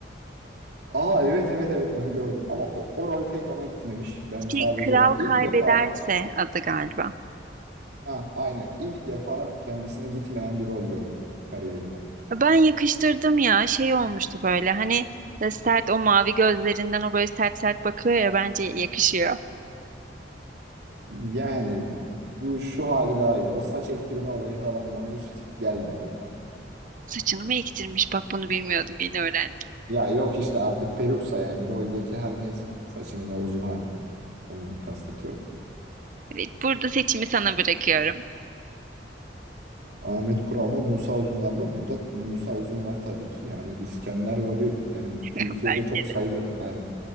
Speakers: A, on the right; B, on the right.
A: Aa evet evet evet onu gördüm ama o, o rol pek ona gitmemiş. Ben sadece
B: Şey, kral
A: onun
B: kaybederse
A: ilk defa
B: adı galiba.
A: ha aynen ilk defa kendisine gitmeyen bir rol gördüm kariyerinde.
B: Ben yakıştırdım ya şey olmuştu böyle hani e, sert o mavi gözlerinden o böyle sert sert bakıyor ya bence yakışıyor.
A: Yani bu şu hali daha iyiydi. O saç ektirme olayı falan bana hiç gelmedi ya.
B: Saçını mı ektirmiş bak bunu bilmiyordum yeni öğrendim.
A: Ya yok işte artık peruksa yani roldeki her neyse saçının o uzun hali. Onu kastediyorum.
B: Evet burada seçimi sana bırakıyorum.
A: Ahmet Kural mı Musa Uzunlar mı? Burada Musa Uzunlar tabii ki. Yani İskender rolü yani
B: <laughs>
A: Türkiye'de
B: Bence
A: çok sayılı
B: de.
A: yani.